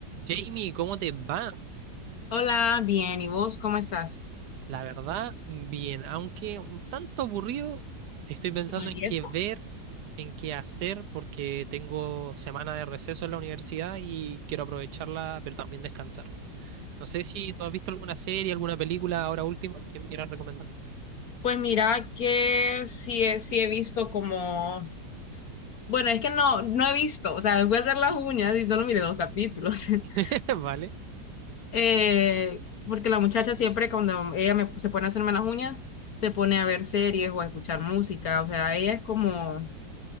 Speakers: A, on the right; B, on the left.
A: Jamie, ¿cómo te va?
B: Hola, bien, ¿y vos cómo estás?
A: La verdad, bien, aunque un tanto aburrido, estoy pensando
B: ¿Y
A: en qué
B: eso?
A: ver, en qué hacer, porque tengo semana de receso en la universidad y quiero aprovecharla, pero también descansar. No sé si tú has visto alguna serie, alguna película ahora último que me quieras recomendar.
B: Pues mira que sí, he- sí he visto como, bueno, es que no, no he visto, o sea, voy a hacer las uñas y solo miré dos capítulos, <laughs>
A: <laughs> Vale,
B: Eh, porque la muchacha siempre cuando ella me, se pone a hacerme las uñas, se pone a ver series o a escuchar música, o sea, ella es como,